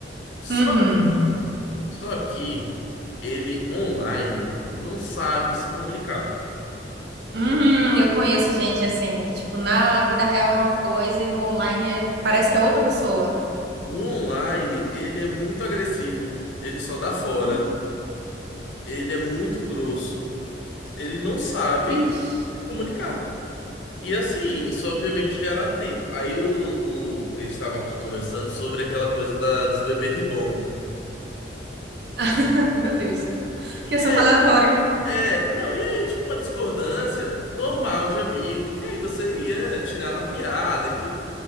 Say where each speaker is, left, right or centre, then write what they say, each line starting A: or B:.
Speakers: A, on the left (about 80°); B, on the right (about 60°).
A: Só
B: Uhum.
A: que, só que ele online não sabe se comunicar.
B: Hum, eu conheço gente assim, que, tipo, na vida real é uma coisa e no online é- parece que é outra pessoa.
A: No online, ele é muito agressivo, ele só dá fora,
B: Vixe,
A: ele é muito grosso, ele não sabe
B: vixe.
A: se comunicar. E assim, isso obviamente gera atrito. Aí o, o- eles estavam aqui conversando sobre aquela coisa da, dos bebês reborn.
B: <laughs> Meu Deus.
A: E
B: Que assunto
A: é,
B: aleatório.
A: é, não, e aí, tipo, uma discordância normal de amigo, que aí você ia tirar na piada e tudo,